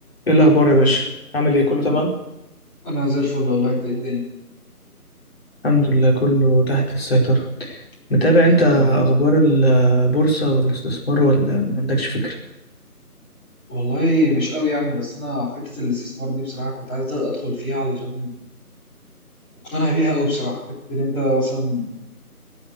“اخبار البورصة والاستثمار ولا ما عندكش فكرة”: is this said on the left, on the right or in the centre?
Left